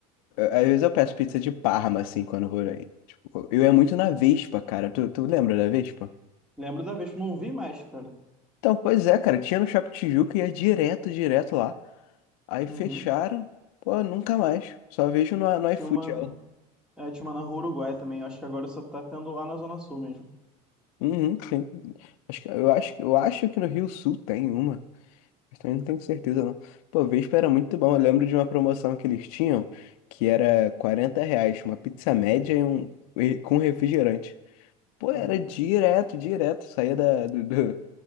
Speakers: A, on the left; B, in the centre.
A: Às vezes eu peço pizza de Parma, assim, quando eu vou aí. Tipo, eu ia muito na Vespa, cara. Tu, tu lembra da Vespa?
B: Lembro da vez, que não vi mais, cara.
A: Então, pois é, cara. Tinha no Shopping Tijuca e ia direto, direto lá. Aí
B: Uhum.
A: fecharam. Pô, nunca mais. Só vejo no, no
B: Tinha
A: iFood
B: uma,
A: ela.
B: é, tinha uma na Rua Uruguai também, acho que agora só tá tendo lá na Zona Sul mesmo.
A: Uhum, sim. Acho que, eu acho, que- eu acho que no Rio Sul tem uma. Mas também não tenho certeza, não. Pô, Vespa era muito bom. Eu lembro de uma promoção que eles tinham, que era 40 reais, uma pizza média e um, e- com refrigerante. Pô,
B: Uhum,
A: era direto, direto. Saía da, do, do,